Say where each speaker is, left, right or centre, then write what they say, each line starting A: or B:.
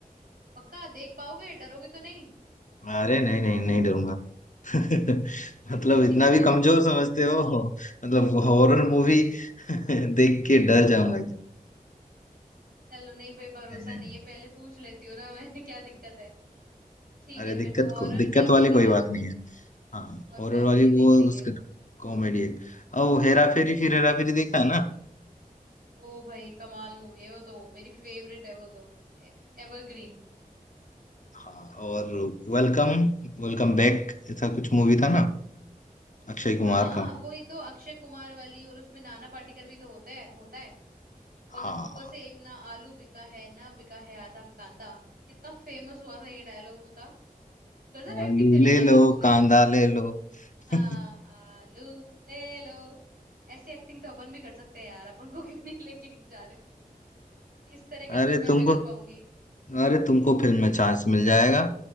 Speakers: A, on the right; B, on the left.
A: पक्का देख पाओगे डरोगे तो नहीं
B: अरे नहीं नहीं नहीं डरूंगा <laughs>
A: फिर
B: मतलब
A: तो
B: इतना
A: ठीक
B: भी कमजोर
A: है
B: समझते हो मतलब हॉरर मूवी
A: नहीं नहीं
B: <laughs> देख के डर जाऊंगा
A: चलो नहीं भाई भरोसा
B: नहीं नहीं
A: नहीं
B: नहीं।
A: है पहले पूछ लेती हूँ ना मैं <laughs> क्या दिक्कत है ठीक
B: अरे
A: है
B: दिक्कत
A: फिर तो हॉरर
B: को दिक्कत
A: देख
B: वाली
A: लेंगे
B: कोई बात नहीं है हाँ
A: और
B: हॉरर
A: कॉमेडी
B: वाली वो
A: देख लेंगे
B: उसका कॉमेडी है ओ हेरा फेरी फिर हेरा फेरी देखा है ना
A: ओ भाई कमाल मूवी है वो तो मेरी फेवरेट है वो तो एवरग्रीन
B: हाँ और वेलकम वेलकम बैक ऐसा कुछ मूवी था ना अक्षय कुमार
A: हाँ
B: का
A: वही तो अक्षय कुमार वाली और उसमें नाना पाटेकर भी तो होता है होता है बोलता
B: हाँ
A: है सुबह
B: हाँ।
A: से एक ना आलू बिका है ना बिका है आधा कांदा कितना फेमस हुआ था ये डायलॉग उसका गजब
B: आलू
A: एक्टिंग करी
B: ले
A: है यार
B: लो
A: उसने
B: कांदा ले लो
A: हाँ
B: <laughs>
A: आलू ले लो ऐसी एक्टिंग तो अपन भी कर सकते हैं यार अपन को क्यों नहीं लेके जा रहे इस तरह का
B: अरे
A: तो मैं
B: तुमको
A: भी कर पाऊंगी
B: अरे तुमको फिल्म में चांस मिल जाएगा